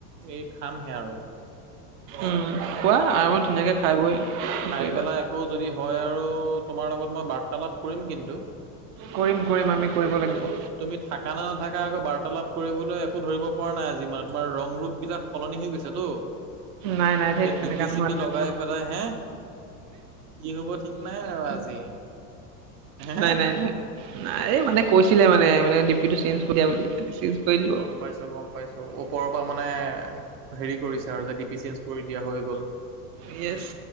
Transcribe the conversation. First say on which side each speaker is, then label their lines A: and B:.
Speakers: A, on the right; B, on the right.
A: এই খামহে আৰু',
B: উম', খোৱা আৰামত ধুনীয়াকৈ খাই বৈ', কি
A: খাই
B: কৰিবা?
A: পেলাই আকৌ যদি হয় আৰু তোমাৰ লগত মই বাৰ্তালাপ কৰিম কিন্তু',
B: কৰিম- কৰিম আমি কৰিব
A: কিন্তু
B: লাগিব',
A: তুমি থাকা নে নাথাকা আকৌ বাৰ্তালাপ কৰিবলৈ একো ধৰিব পৰা নাই আজি, মানে তোমাৰ ৰং ৰূপ বিলাক', সলনি হৈ গৈছেতো,
B: নাই নাই ধেত
A: এতিয়া
B: তেনেকা
A: ডিপি-চিপি
B: নহয়
A: লগাই পেলাই হে', কি হ'ব ঠিক নাই আৰু আজি? হে
B: নাই -নাই -নাই', নাই, এই মানে কৈছিলে মানে ডিপিতো চেঞ্জ কৰি দিয়া বুলি সেইকাৰণে চেঞ্জ', কৰি দিলোঁ
A: গম
B: আৰু।
A: পাইছোঁ, গম পাইছোঁ, ওপৰৰ পৰা মানে', হেৰি কৰিছা আৰু যে ডি পি চেঞ্জ কৰি দিয়া হৈ গ'ল',
B: ইয়েছ',